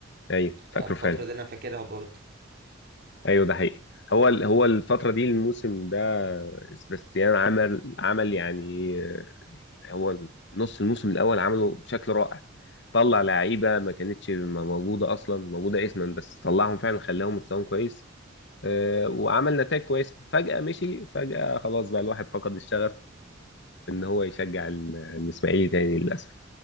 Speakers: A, on the left; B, on the right.
A: ايوه فاكره
B: فالفترة
A: فعلا
B: دي انا فاكرها برضه
A: ايوه ده حقيقي هو ال- هو الفترة دي الموسم ده سباستيان عمل عمل يعني آه، هو نص الموسم الأول عمله بشكل رائع طلع لعيبة ما كانتش موجودة أصلا موجودة اسما بس طلعهم فعلا خلاهم مستواهم كويس آه، وعمل نتائج كويسة فجأة مشي فجأة خلاص بقى الواحد فقد الشغف إن هو يشجع ال- الإسماعيلي تاني للأسف